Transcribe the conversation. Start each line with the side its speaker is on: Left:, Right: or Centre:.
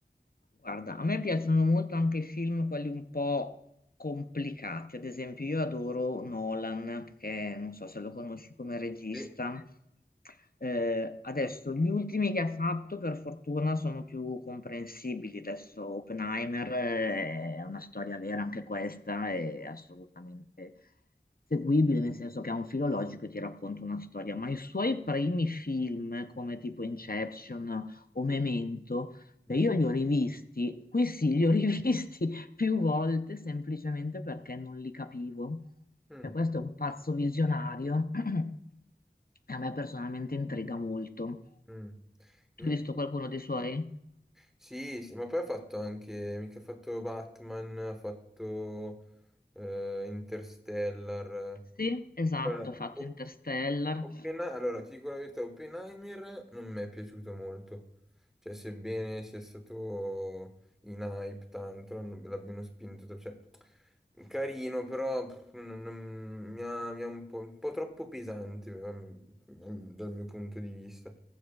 Left: Guarda, a me piacciono molto anche i film, quelli un po' complicati. Ad esempio, io adoro Nolan, perché non so se lo conosci come regista.
Centre: Sì.
Left: Eh, adesso, gli ultimi che ha fatto, per fortuna, sono più comprensibili. Adesso, Oppenheimer eh, è una storia vera anche questa, è assolutamente seguibile, nel senso che ha un filo logico e ti racconta una storia. Ma i suoi primi film, come tipo Inception o Memento, e
Centre: Mm,
Left: Io li ho rivisti, qui sì, li ho rivisti <laughs> più volte semplicemente perché non li capivo.
Centre: mm,
Left: Cioè, questo è un pazzo visionario <clears throat> e a me personalmente intriga molto.
Centre: mm.
Left: Tu
Centre: In-
Left: hai visto qualcuno dei suoi?
Centre: Sì, sì, ma poi ha fatto anche, mica ha fatto Batman, ha fatto eh, Interstellar.
Left: Sì, esatto,
Centre: Allora,
Left: ha fatto
Centre: o
Left: Interstellar.
Centre: Oppen- Allora, ti dico la verità, Oppenheimer non mi è piaciuto molto. Cioè, sebbene sia stato in hype tanto, non- l'abbiano spinto, tra- cioè, carino, però pff, non- non- mi ha, mi ha un po', un po' troppo pesante eh, dal mio punto di vista.